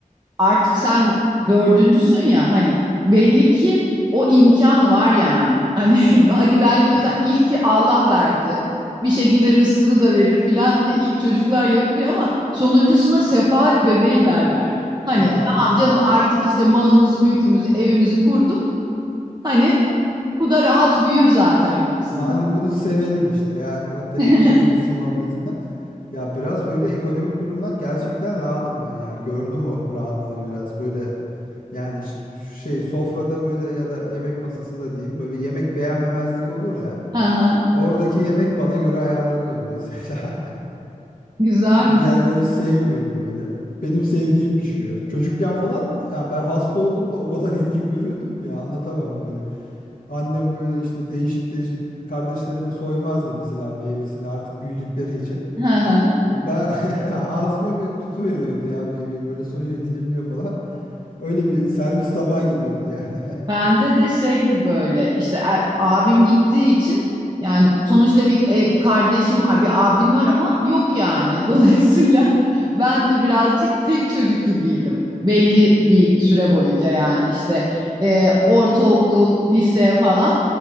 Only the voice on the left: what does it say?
Ya
hani bunu sevelim işte yani o tekne
kazıntısı muhabbetinden. Ya biraz öyle ekonomik durumdan gerçekten rahatım ben ya. Gördüm o rahatlığı biraz böyle. Yani ş- şey sofrada böyle ya da yemek masasında diyeyim böyle yemek beğenmemezlik olur ya.
Oradaki yemek bana göre ayarlanıyordu mesela. <laughs>
Diğerleri sevmiyordu böyle. Benim sevdiğim pişiyor. Çocukken falan ya ben hasta olduğumda o kadar ilgi görüyordum ki ya, anlatamam böyle. Annem böyle işte değişik değişik kardeşlerime soymazdı mesela meyvesini artık büyüdükleri için.
Ben <laughs> ya ağzıma bir tutu veriyordu ya meyveyi böyle soyuyor dilimliyor falan. Öyle bir servis tabağı geliyordu yani. <laughs>